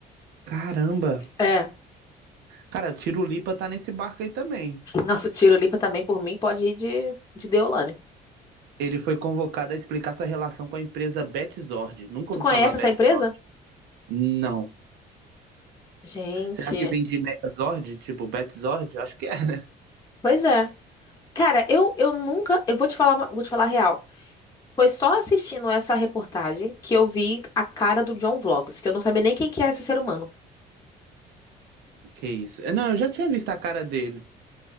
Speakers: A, on the right; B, on the left.
A: Caramba.
B: É,
A: Cara, o Tiro Lipa tá nesse barco aí também.
B: nosso Tirolipa também, por mim, pode ir de, de Deolane.
A: Ele foi convocado a explicar sua relação com a empresa Betzord. Nunca
B: Tu
A: ouvi
B: conhece
A: falar Betzord.
B: essa empresa?
A: Não.
B: Gente,
A: Será que vem de Megazord? Tipo, Betzord? Acho que é. <laughs>
B: pois é. Cara, eu, eu nunca. Eu vou te falar, uma- vou te falar a real. Foi só assistindo essa reportagem que eu vi a cara do John Vlogs, que eu não sabia nem quem que era esse ser humano.
A: Que isso. Não, eu já tinha visto a cara dele.